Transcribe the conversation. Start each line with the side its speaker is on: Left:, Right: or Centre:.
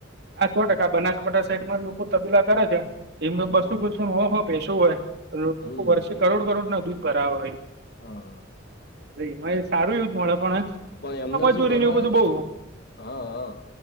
Right: આ સો ટકા બનાસકાંઠા સાઈડ માં લોકો તબેલા કરે છે, એમને બસો-બસો,
Left: હા
Right: સો-સો ભેંશુ હોય. લોકો
Left: હમ
Right: વર્ષે કરોડ કરોડ ના દૂધ ભરાવ હોય.
Left: હા હા.
Right: એમાય સારું એવું જ મળે પણ,
Left: પણ એમને
Right: એમાં મજૂરીને
Left: શું ખબર
Right: એવું
Left: હ.
Right: બધું બહુ
Left: હ હ